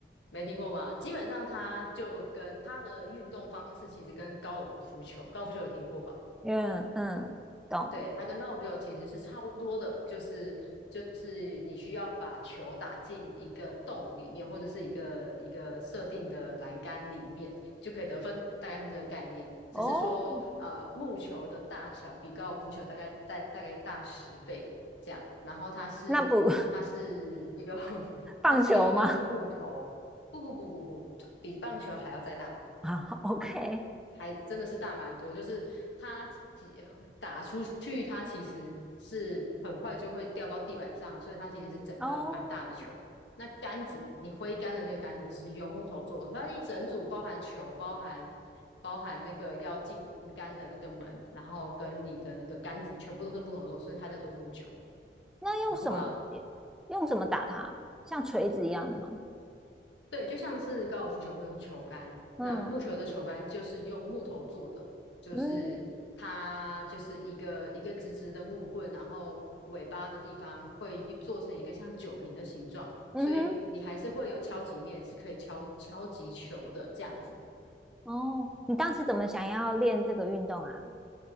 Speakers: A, on the left; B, in the centre.
A: 没听过吧？基本上它就跟它的运动方式其实跟高尔夫球，高尔夫球有听过吧？
B: 嗯嗯，懂
A: 对，它跟高尔夫球其实是差不多的，就是就是你需要把球打进一个洞里面，或者是一个一个设定的栏杆里面就可以得分，大概是这个概念。只是说，
B: 哦。
A: 呃，木球的大小比高尔夫球大概大大概大十倍这样，然后它是
B: 那不
A: 它是用 <laughs>
B: <laughs> 棒球吗？
A: 它是用一个木头，不不不不不，比棒球还要再大。
B: <laughs> 啊，OK，
A: 还真的是大蛮多，就是它几打出去，它其实是很快就会掉到地板上，所以它其实是整颗蛮大的球。
B: 哦，
A: 那杆子，你挥杆的那个杆子是用木头做的，它一整组包含球，包含包含那个要进杆的那个门，然后跟你的那个杆子全部都是木头做的，所以它叫做木球，
B: 那用什么
A: 很酷吧？
B: 用什么打它？像锤子一样的吗？
A: 对，就像是高尔夫球会用球杆，
B: 嗯
A: 那木球的球杆就是用木头做的，就是它就是一个一个直直的木棍，
B: 嗯
A: 然后尾巴的地方会一做成一个像酒瓶的形状，
B: 嗯哼，
A: 所以你还是会有敲击面是可以敲敲击球的这样子。
B: 哦，你当时怎么想要练这个运动啊？